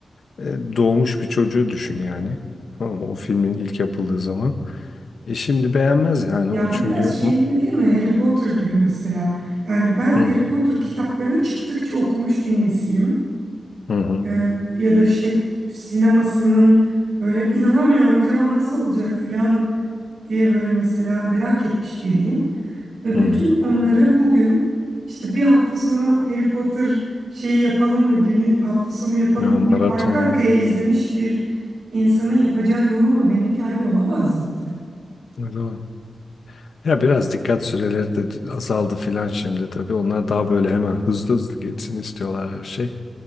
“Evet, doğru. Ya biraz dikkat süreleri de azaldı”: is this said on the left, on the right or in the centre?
Left